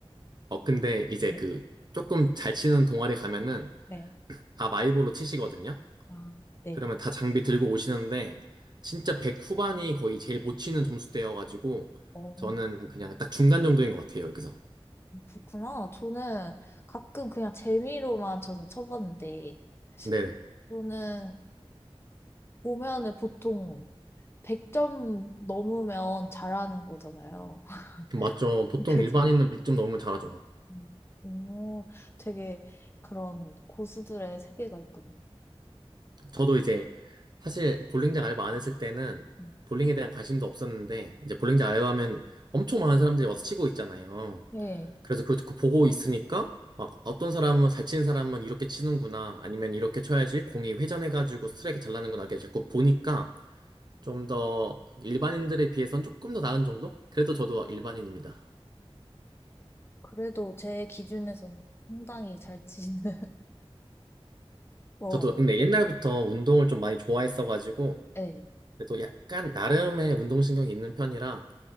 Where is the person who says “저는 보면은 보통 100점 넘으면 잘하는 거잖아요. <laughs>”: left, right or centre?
Left